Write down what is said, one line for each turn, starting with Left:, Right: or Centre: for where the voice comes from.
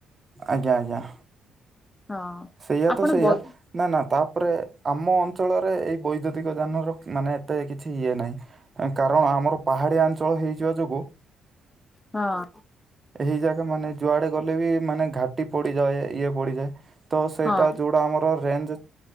Right: ଆଜ୍ଞା, ଆଜ୍ଞା।
Left: ହଁ।
Right: ସେଇଆ
Left: ଆପଣ
Right: ତ ସେଇଆ।
Left: ବୈ
Right: ନା ନା ତାପରେ ଆମ ଅଞ୍ଚଳରେ ଏଇ ବୈଦ୍ୟୁତିକ ଯାନର ମାନେ ଏତେ କିଛି ଇଏ ନାହିଁ। କାରଣ ଆମର ପାହାଡ଼ିଆ ଅଞ୍ଚଳ ହେଇଯିବା ଯୋଗୁ
Left: ହଁ।
Right: ଏଇ ଯାଗା ମାନେ ଯୁଆଡେ ଗଲେ ବି ମାନେ ଘାଟି ପଡିଯାଏ ଇଏ ପଡିଯାଏ। ତ ସେଇଟା
Left: ହଁ
Right: ଯୋଉଟା ଆମର ରେଞ୍ଜ